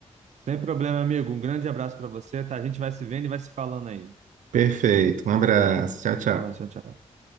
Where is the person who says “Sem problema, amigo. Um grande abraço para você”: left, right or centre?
Right